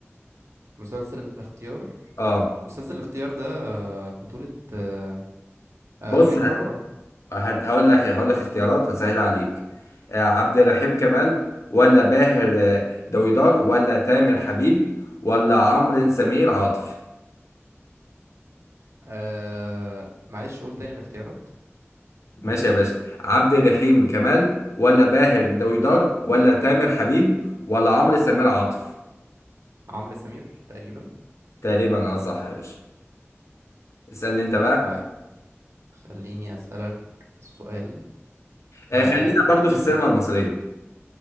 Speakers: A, on the right; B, on the left.
A: مسلسل الاختيار
B: اه
A: مسلسل الاختيار ده آه، بطولة آه، آه،
B: بص
A: أمير
B: ه-
A: كرارة
B: هت- هقول لك هقول لك اختيارات هسهل عليك آه عبد الرحيم كمال ولا باهر آه، دويدار ولا تامر حبيب ولا عمرو سمير عاطف
A: آه، معلش قول تاني الاختيارات
B: ماشي يا باشا عبد الرحيم كمال ولا باهر دويدار ولا تامر حبيب ولا عمرو سمير عاطف
A: عمرو سمير تقريبا
B: تقريبا اه صح يا باشا اسألني انت بقى
A: طيب خليني أسألك سؤال
B: آه
A: آه،
B: خلينا
A: عارف
B: برضو في السينما المصرية